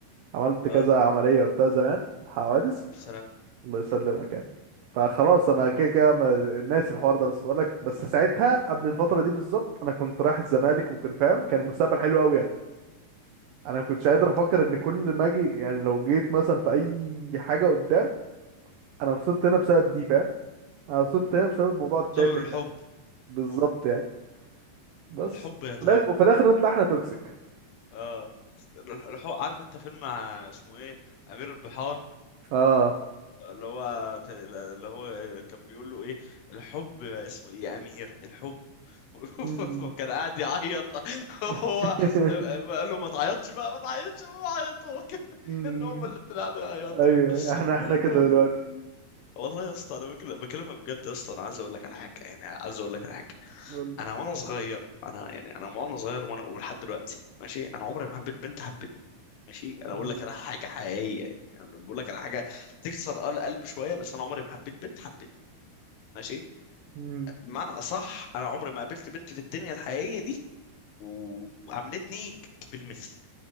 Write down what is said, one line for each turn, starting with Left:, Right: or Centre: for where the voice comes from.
Right: عملت كذا
Left: اه
Right: عملية وبتاع زمان حوادث
Left: السلام
Right: الله يسلمك يعني فخلاص انا كده كده ما- ناسي الحوار ده بس بقولك بس ساعتها قبل الفترة دي بالظبط انا كنت رايح الزمالك وكان فاهم كان مستقبل حلو قوي يعني انا ما كنتش قادر
Left: طب
Right: افكر ان كل ما اجي يعني لو جيت مثلا في اي حاجة قدام انا وصلت هنا بسبب دي فاهم انا وصلت هنا بسبب الموضوع التافه
Left: سبب الحب
Right: ده بالظبط
Left: حب
Right: يعني بس
Left: الحب يا تيمور
Right: وفي الآ- وفي الاخر نطلع احنا توكسيك
Left: اه الحوار عارف انت فيلم ع- اسمه ايه امير البحار
Right: اه
Left: اللي هو ت- اللي هو كان بيقول له ايه الحب اسمه ايه يا امير الحب <laughs>
Right: مم.
Left: كان قاعد يعيط <laughs> هو
Right: <laughs>
Left: قال له ما تعيطش بقى ما تعيطش ما عيطوا هو كمان
Right: مم.
Left: <laughs> هم اللي قاعدوا يعيطوا
Right: ايوه
Left: <laughs>
Right: احنا احنا كده دلوقتي
Left: والله يا اسطى انا بكلم- بكلمك بجد يا اسطى انا عايز اقول لك على حاجه يعني عايز اقول لك على حاجه
Right: قول
Left: انا وانا صغير انا يعني انا وانا صغير وانا ولحد دلوقتي ماشي انا عمري ما حبيت بنت حبتني ماشي انا
Right: لي.
Left: اقول لك على حاجه حقيقيه يعني انا بقول لك على حاجه تكسر آه القلب شويه بس انا عمري ما حبيت بنت حبتني ماشي
Right: امم
Left: بمعنى اصح انا عمري ما قابلت بنت في الدنيا الحقيقيه دي و- وعاملتني بالمثل